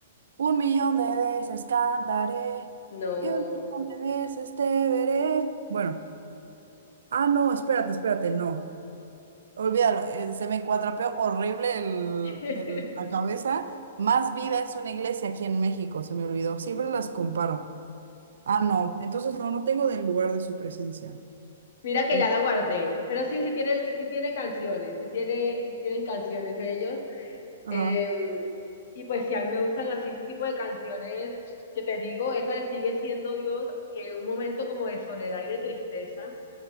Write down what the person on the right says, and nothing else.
Un millón de veces cantaré
y un millón de veces te veré. Bueno, ah, no, espérate, espérate, no. Olvídalo, eh, se me cuatrapeó horrible el-
el- la cabeza. Más vida es una iglesia aquí en México, se me olvidó. Siempre las comparo. Ah, no, entonces no, no tengo del lugar de su presencia.
Eh,
Ajá,